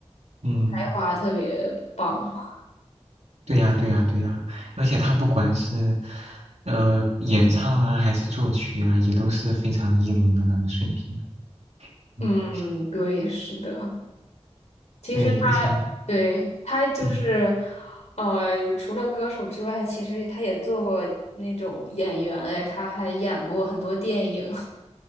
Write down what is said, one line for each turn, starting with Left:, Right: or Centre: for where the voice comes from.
Right: 嗯，
Left: 才华特别棒。
Right: 对呀，对呀，对呀，而且他不管是呃演唱啊，还是作曲啊，也都是非常一流的那个水平。嗯，
Left: 嗯，对，是的。其实他对他就是，
Right: 对，而且嗯，
Left: 呃，除了歌手之外，其实他也做过那种演员，哎，他还演过很多电影。<laughs>